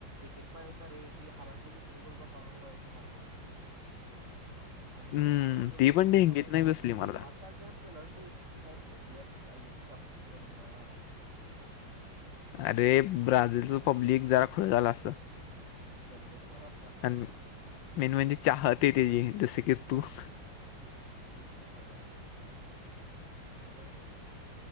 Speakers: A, on the right; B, on the left.
A: एक एक पाय होता रे ती हालांची दुसरी गोल बसा नो पाय होती मारता आणि
B: हम्म
A: न मला पिल्लेलंे
B: ती पण ढेंगीत
A: नला बायच
B: नाही
A: आणि
B: बसली
A: न
B: मला
A: मारचाल जर पहिलाटी जची मॅच जिंकली असते आईष शप्पल भा
B: अरे ब्राझीलचं पब्लिक जरा खळ झाला असतं
A: जल्लोष ना असता
B: मी म्हनज चचाहातते त जी तरसेी तूख
A: तचकीि मारता जिंका प होती रे बराज